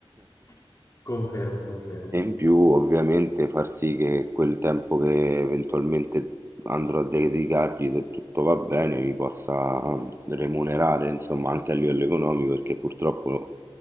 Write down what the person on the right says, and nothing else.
E in più ovviamente far sì che quel tempo che eventualmente andrò a dedicargli, se tutto va bene, mi possa ehm, remunerare, insomma, anche a livello economico, perché purtroppo